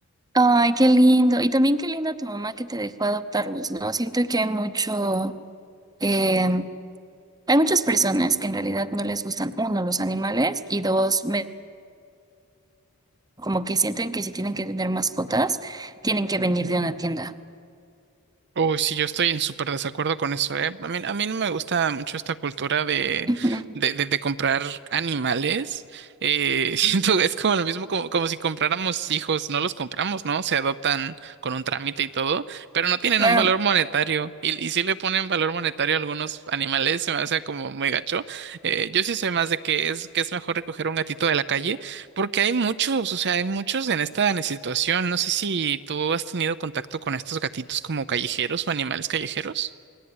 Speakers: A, on the right; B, on the right.
A: Ay, qué lindo. Y también qué linda tu mamá que te dejó adoptarlos, ¿no? Siento que hay mucho, em, hay muchas personas que en realidad no les gustan, uno, los animales y dos, me- como que sienten que si tienen que tener mascotas, tienen que venir de una tienda.
B: Uy, sí, yo estoy en súper desacuerdo con eso, ¿eh? A mí, a mí no me gusta mucho esta cultura de,
A: <laughs> Ujú,
B: de, de, de comprar animales. Eh, <laughs> siento que es como lo mismo como, como si compráramos hijos, no los compramos, ¿no? Se adoptan con un trámite y todo, pero no tienen
A: Claro.
B: un valor monetario. Y, y si le ponen valor monetario a algunos animales, se me hace como muy gacho. Eh, yo sí soy más de que es, que es mejor recoger un gatito de la calle porque hay muchos, o sea, hay muchos en esta situación. No sé si tú has tenido contacto con estos gatitos como callejeros o animales callejeros.